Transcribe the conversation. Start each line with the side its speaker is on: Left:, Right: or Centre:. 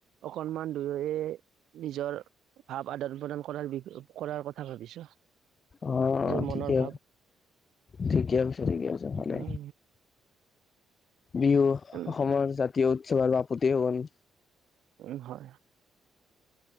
Right: অ সন্মান দুয়ে নিজৰ ভাৱ আদান প্ৰদান কৰাৰ বি কৰাৰ কথা ভাবিছো
Left: অ
Right: নিজৰ
Left: ঠিকে
Right: মনৰ ভাৱ
Left: ঠিকে কছে ঠিকেছে
Right: উম
Left: ভালে বিহু
Right: উম
Left: অসমৰ জাতীয় উৎসৱৰপতি সুগন
Right: উম হয়